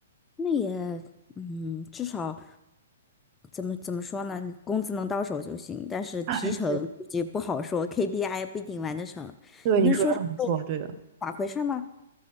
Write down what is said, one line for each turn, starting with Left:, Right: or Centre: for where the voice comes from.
Left: 那也，嗯，至少怎么怎么说呢，你工资能到手就行，但是提成估计不好说，KPI
Right: 哎，
Left: 不一定完得成。
Right: 对，
Left: 你能说说是
Right: 你说的很不错，对的。
Left: 咋回事儿吗？